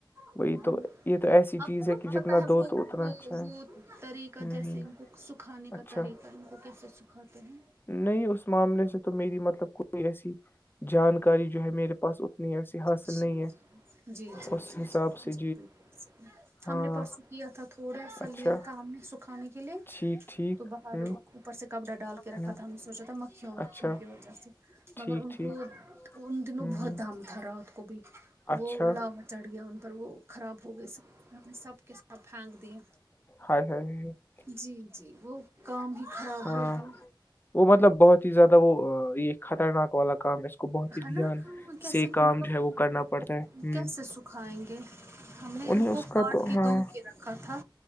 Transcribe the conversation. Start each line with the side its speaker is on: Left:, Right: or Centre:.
Right: ہوں
Left: وہی
Right: ہوں
Left: تو یہ تو ایسی
Right: آپ
Left: چیز
Right: کو
Left: ہے
Right: نا
Left: کہ جتنا
Right: پتا
Left: دو تو
Right: وہ
Left: اتنا
Right: وہ
Left: اچھا ہے
Right: طریقہ
Left: ہوں
Right: جیسے
Left: ہوں
Right: ان کو سکھانے
Left: اچھا
Right: کا طریقہ ان کو کیسے سکھاتے ہیں
Left: نہیں اس معاملے سے تو میری مطلب کوئی ایسی جانکاری جو ہے میرے پاس اتنی ایسی حاصل
Right: چ
Left: نہیں ہے
Right: جی جی
Left: اس
Right: جی
Left: حساب سے
Right: جی ہم
Left: ہاں
Right: نے پرس کیا تھا تھوڑا سا
Left: اچھا
Right: لیا تھا ہم نے سکھانے کے لیے
Left: ٹھیک ٹھیک
Right: تو باہر
Left: ہ
Right: اوپر سے کپڑا ڈال کے رکھا
Left: ہ
Right: تھا ہم نے سوچا تھا مکھیوں وکھیوں
Left: اچھا
Right: کی وجہ سے مگر
Left: ٹھیک
Right: ان
Left: ٹھیک
Right: کو ان دنوں
Left: ہ
Right: بہت
Left: ہ
Right: دام تھا رہا اس کو بھی
Left: اچھا
Right: وہ لاوا چڑھ گیا ان پر وہ خراب ہو گئی سب ہم نے سب کے ساتھ پھینک دیا
Left: ہ س ج <unintelligible>
Right: جی جی وہ کام ہی خراب
Left: ہاں
Right: ہوگی
Left: وہ مطلب بہت ہی زیادہ وہ یہ خطرناک والا کام ہے کو بہت
Right: ہے
Left: ہی
Right: نا
Left: دھیان
Right: ہم کیسے
Left: سے کام
Right: مطلب
Left: جو ہے وہ کرنا پڑتا ہے
Right: کیسے
Left: ہ
Right: سکھائیں گے ہم نے
Left: انہیں
Right: ان
Left: اس
Right: کو
Left: کا
Right: کاٹ
Left: تو
Right: کے
Left: ہاں
Right: د کے رکھا تھا